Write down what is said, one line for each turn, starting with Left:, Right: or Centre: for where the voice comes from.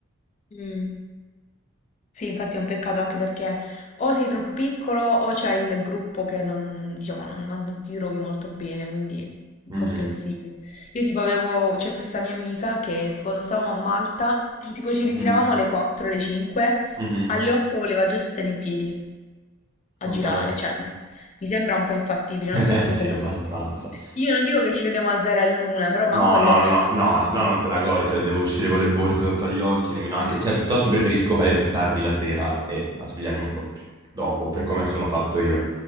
Left: Mm. Sì, infatti è un peccato anche perché o sei troppo piccolo o c'è il gruppo che non, diciamo, non, non ti trovi molto bene, quindi incomprensibile.
Right: Mhm,
Left: Io tipo avevo, c'è questa mia amica che quando stavamo a Malta, tipo ci
Right: mhm,
Left: ritiravamo alle 4, alle 5,
Right: mhm,
Left: alle 8 voleva già stare in piedi. a
Right: Ok.
Left: girare,
Right: <laughs>
Left: cioè mi sembra un po' infattibile,
Right: Eh,
Left: non so tu
Right: sì,
Left: come
Right: abbastanza.
Left: la vedi. Io non dico che ci dobbiamo alzare all'una, però manco
Right: No,
Left: alle
Right: no,
Left: 8
Right: no, no,
Left: del
Right: no,
Left: mattino.
Right: se no non te la godi, se devo uscire con le borse sotto agli occhi, nemmeno anche... Cioè, piuttosto preferisco fare più tardi la sera e a svegliarmi un po' più dopo, per come sono fatto io.